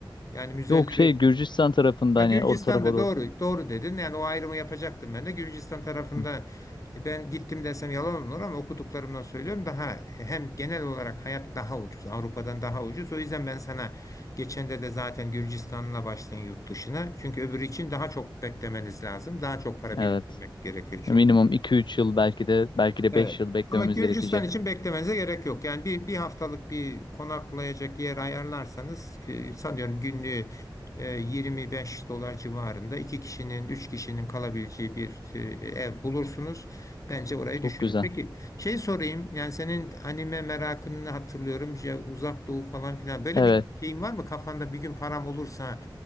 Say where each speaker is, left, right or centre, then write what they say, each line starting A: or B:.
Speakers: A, on the left; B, on the left.
A: Yani müzeleri
B: Yok şey Gürcistan tarafında
A: Ya
B: hani
A: Gürcistan'da
B: o tarafa doğru.
A: doğru doğru dedin. Yani o ayrımı yapacaktım ben de. Gürcistan tarafında
B: Hı,
A: e, ben gittim desem yalan olur ama okuduklarımdan söylüyorum daha e, hem genel olarak hayat daha ucuz. Avrupa'dan daha ucuz. O yüzden ben sana geçen de de zaten Gürcistan'la başlayın yurt dışına. Çünkü öbürü için daha çok beklemeniz lazım. Daha çok para
B: evet.
A: biriktirmek gerekiyor
B: Minimum
A: çünkü.
B: iki üç yıl belki de belki de
A: Evet.
B: 5 yıl beklememiz
A: Ama Gürcistan
B: gerekecek.
A: için beklemenize gerek yok. Yani bir, bir haftalık bir konaklayacak yer ayarlarsanız ki sanıyorum günlüğü e, 25 dolar civarında iki kişinin, üç kişinin kalabileceği bir e, ev bulursunuz. Bence orayı
B: Çok
A: düşünün.
B: güzel.
A: Peki şey sorayım. Yani senin anime merakını hatırlıyorum. Ya uzak doğu falan filan. Böyle
B: Evet.
A: bir şeyin var mı kafanda? Bir gün param olursa